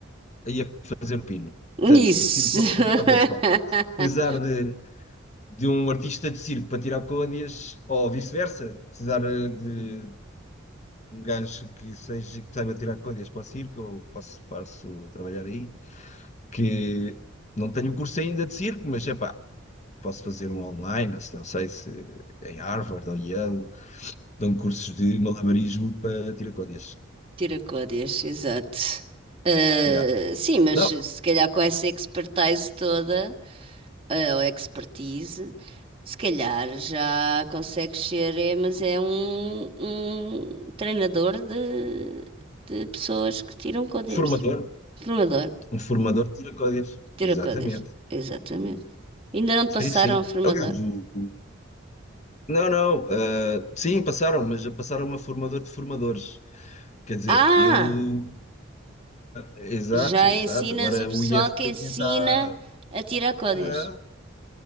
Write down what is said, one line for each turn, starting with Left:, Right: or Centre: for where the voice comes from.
Left: Aí a fazer o pino.
Right: Isso.
Left: Portanto, tiro códias
Right: <laughs>
Left: de qualquer forma. Precisar de, de um artista de circo para tirar códias, ou vice-versa, precisar eh, de, um gajo que seja, que saiba tirar contas para o circo, eu posso, posso a trabalhar aí, que não tenho curso ainda de circo, mas é pá, posso fazer um online, ou se não sei se em Harvard ou Yale, dão cursos de malabarismo para tiracódias.
Right: Tiracórias, exato. Ah,
Left: Já.
Right: sim, mas
Left: Não,
Right: se calhar com essa expertise toda, ah, ou expertise, se calhar já consegues ser, é, mas é um, um treinador de, de pessoas que tiram códigos.
Left: formador,
Right: Formador,
Left: um formador de tiracódias,
Right: tira
Left: exatamente.
Right: códigos. Exatamente. Ainda não te
Left: Sim,
Right: passaram
Left: sim.
Right: a formador.
Left: Aliás, o- o- não, não, ah, sim, passaram, mas já passaram a formador de formadores. Quer dizer,
Right: Ah!
Left: eu Exato,
Right: Já
Left: exato.
Right: ensinas
Left: Agora
Right: o pessoal
Left: o IFP
Right: que ensina
Left: está.
Right: a tirar códigos.
Left: ah,